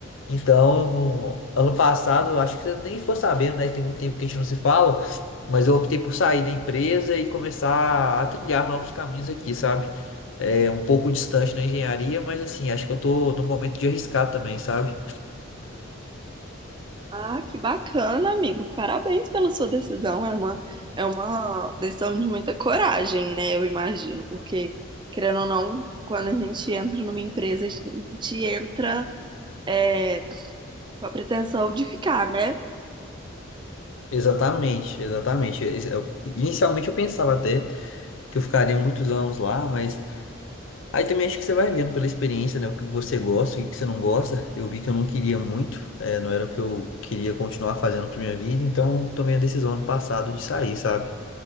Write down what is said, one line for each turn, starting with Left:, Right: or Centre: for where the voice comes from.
Left: Então, ano passado, eu acho que você nem ficou sabendo, né? Tem muito tempo que a gente não se fala, mas eu optei por sair da empresa e começar a trilhar novos caminhos aqui, sabe? É um pouco distante da engenharia, mas assim, acho que eu tô no momento de arriscar também, sabe?
Right: Ah, que bacana, amigo. Parabéns pela sua decisão. É uma, é uma decisão de muita coragem, né? Eu imagino, porque, querendo ou não, quando a gente entra numa empresa, a gente entra é, Com a pretensão de ficar, né?
Left: Exatamente, exatamente. Esse- eu- inicialmente eu pensava até que eu ficaria muitos anos lá, mas Aí também acho que você vai vendo pela experiência, né? O que você gosta, o que que você não gosta. Eu vi que eu não queria muito, eh, não era o que eu queria continuar fazendo pra minha vida, então tomei a decisão ano passado de sair, sabe?